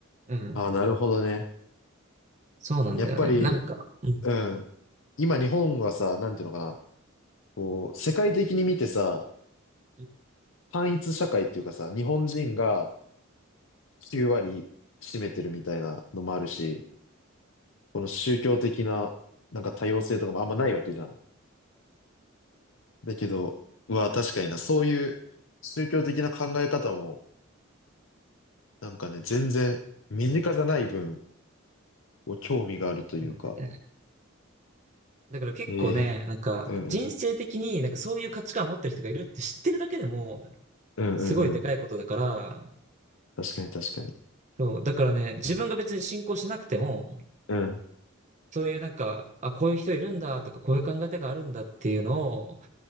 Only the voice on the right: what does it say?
うん。
そうなんだよね。
なんか、うん。
うん
そうなんだよね。だから結構ね、
なんか人生的になんかそういう価値観を持ってる人がいるって知ってるだけでも
すごいでかいことだから、
そう、だからね、自分が別に信仰しなくても、
そういうなんか、あ、こういう人いるんだとか、こういう考え方があるんだっていうのを、